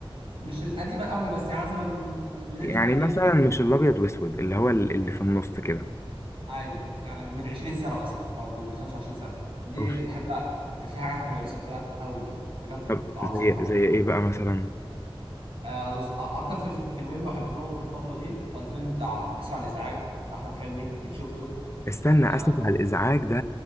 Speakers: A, on the right; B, on the left.
A: مش القديمه قوي بس يعني مثلا من بدايه
B: يعني
A: ال 2000
B: مثلا
A: كده
B: مش الابيض واسود اللي هو ال- اللي في النص كده
A: ايوه يعني من 20 سنه مثلا او من 25 سنه دي
B: اوف
A: بحبها كانت في حاجات كويسه فيها قوي حاجات
B: طب
A: عظيمه
B: زي زي ايه بقى مثلا
A: آه بص آه، اكتر في- فيلمين بحبهم في الفتره دي هو الفيلم بتاع اسف على الازعاج بتاع احمد حلمي اكيد شفته
B: استنى
A: يعني
B: اسف على الازعاج ده